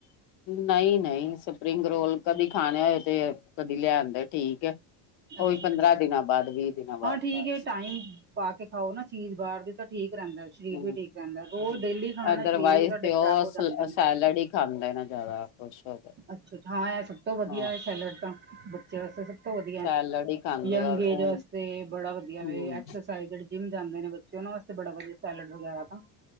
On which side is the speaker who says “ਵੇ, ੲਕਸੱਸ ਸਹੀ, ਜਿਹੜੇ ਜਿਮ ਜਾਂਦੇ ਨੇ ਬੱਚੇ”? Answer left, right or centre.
Right